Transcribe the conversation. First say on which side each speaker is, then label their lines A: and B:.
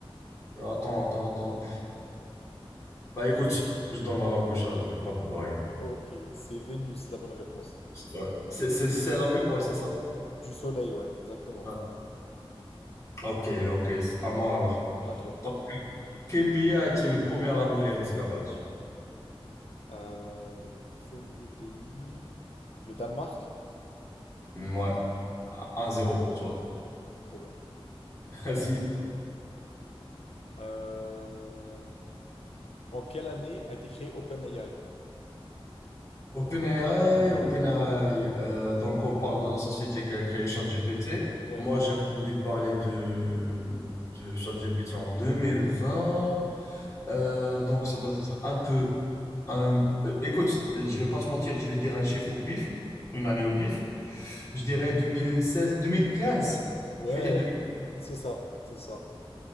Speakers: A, on the left (about 30°); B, on the left (about 85°).
A: attends, attends, attends. Bah écoute, je donne ma langue au chat, je vais pas pouvoir y répondre.
B: Ok, c'est Vénus, la bonne réponse.
A: ouais. C'est c'est celle la plus proche, c'est ça?
B: Du Soleil, ouais, exactement.
A: Ah. Ok, ok, c'est à moi alors.
B: À toi.
A: Donc, quel pays a été le premier à abolir l'esclavage?
B: Euh, le premier pays... Le Danemark?
A: Ouais, un zéro pour toi.
B: Trop bien.
A: <laughs> Vas-y.
B: Euh, En quelle année a été créé OpenAI?
A: OpenAI, OpenAI. euh, donc, on parle de la société qui a créé ChatGPT.
B: Ouais.
A: Moi, j'ai entendu parler de, de ChatGPT en 2020. Euh, donc, ça doit être un peu. un- euh, écoute, je vais pas te mentir, je vais dire un chiffre au pif, une année au pif. Je dirais 2016, 2015.
B: Ouais,
A: Je vais dire 2015.
B: c'est ça, c'est ça.